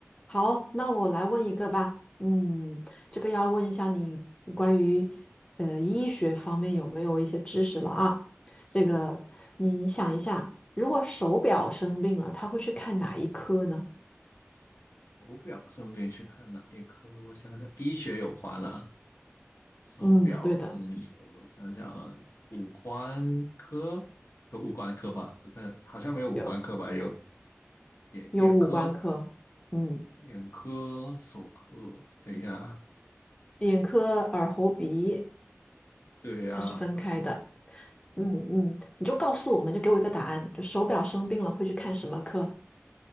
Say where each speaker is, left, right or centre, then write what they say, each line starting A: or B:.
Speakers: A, on the left (about 25°); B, on the left (about 65°).
A: 好，那我来问一个吧。嗯，这个要问一下你关于呃医学方面有没有一些知识了啊？这个你想一下，
B: 嗯，
A: 如果手表生病了，他会去看哪一科呢？
B: 手表生病去看哪一科？我想想，医学有关了，手表，
A: 嗯，对的，
B: 嗯，我想想啊，五官科有五官科吧？不是，好像没有五官科吧？
A: 有
B: 有眼眼科、
A: 有五官科，嗯，
B: 眼科、手科。等一下啊，
A: 眼科、耳喉鼻，
B: 对呀、
A: 它是分开的。嗯嗯，你就告诉我们，就给我一个答案，就手表生病了会去看什么科？